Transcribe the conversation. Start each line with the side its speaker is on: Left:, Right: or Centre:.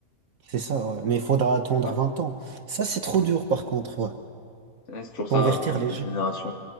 Right: c'est ça, ouais. Mais il faudra attendre
Left: hein.
Right: 20 ans. Ça, c'est trop dur, par contre, ouais.
Left: Ouais, C'est toujours
Right: Convertir
Left: ça, hein,
Right: les
Left: la
Right: gens.
Left: génération.